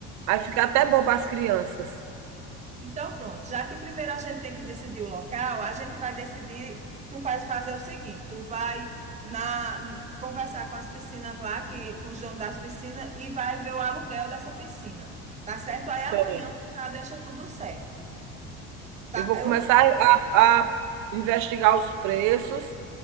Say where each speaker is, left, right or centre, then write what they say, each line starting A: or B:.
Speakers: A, on the right (about 70°); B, on the right (about 20°).
A: Aí fica até bom para as crianças.
B: Então, pronto, já que primeiro a gente tem que decidir o local, a gente vai decidir, tu faz fazer o seguinte, tu vai na n- conversar com as piscinas lá, que com os donos das piscinas e vai ver o aluguel dessa piscina, tá certo? Aí
A: Certo.
B: amanhã tu já deixa tudo certo. Tá,
A: Eu vou começar
B: eu
A: a a investigar os preços